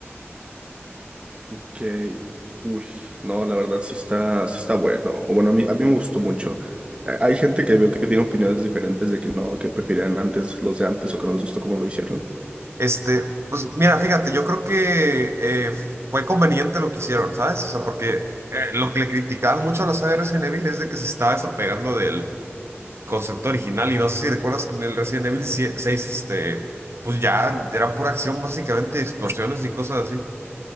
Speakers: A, on the right; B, on the right.
A: Que, uy, no, la verdad sí está, sí está bueno. O bueno, a mí, a mí me gustó mucho. A- Hay gente que veo que tiene opiniones diferentes de que no, que preferían antes los de antes o que no les gustó como lo hicieron.
B: Este, pues mira, fíjate, yo creo que eh, fue conveniente lo que hicieron, ¿sabes? O sea, porque eh, lo que le criticaban mucho a la saga Resident Evil es de que se estaba desapegando del concepto original y no sé si recuerdas que en el Resident Evil sie- seis este, pues ya era pura acción básicamente, explosiones y cosas así.